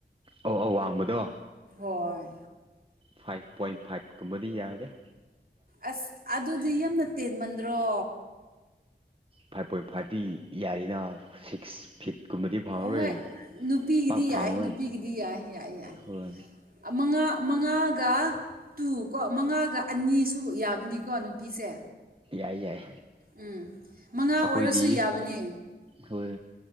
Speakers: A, on the right; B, on the right.
A: ꯑꯧ ꯑꯧ ꯋꯥꯡꯕꯗꯣ
B: ꯍꯣꯏ
A: ꯐꯥꯏꯚ ꯄꯣꯏꯟ ꯐꯥꯏꯚ ꯀꯨꯝꯕꯗꯤ ꯌꯥꯔꯦ
B: ꯑꯁ ꯑꯗꯨꯗꯤ ꯌꯥꯝꯅ ꯇꯦꯟꯃꯟꯗ꯭ꯔꯣ
A: ꯐꯥꯏꯚ ꯄꯣꯏꯟ ꯐꯥꯏꯚꯇꯤ ꯌꯥꯔꯤꯅ ꯁꯤꯛꯁ ꯐꯤꯠꯀꯨꯝꯕꯗꯤ ꯐꯪꯉꯔꯣꯏ
B: ꯍꯣꯏ ꯅꯨꯄꯤꯒꯤꯗꯤ
A: ꯄꯥꯛ ꯐꯪꯉꯔꯣꯏ
B: ꯌꯥꯏ ꯅꯨꯄꯤꯒꯤꯗꯤ ꯌꯥꯏ ꯌꯥꯏ ꯌꯥꯏ
A: ꯍꯣꯏ
B: ꯑꯃꯉꯥ ꯃꯉꯥꯒ ꯇꯨ ꯀꯣ ꯃꯉꯥꯒ ꯑꯅꯤꯁꯨ ꯌꯥꯕꯅꯤꯀꯣ ꯅꯨꯄꯤꯁꯦ
A: ꯌꯥꯏ ꯌꯥꯏ
B: ꯎꯝ ꯃꯉꯥ ꯑꯣꯏꯔꯁꯨ
A: ꯑꯩꯈꯣꯏꯗꯤ
B: ꯌꯥꯕꯅꯤ
A: ꯍꯣꯏ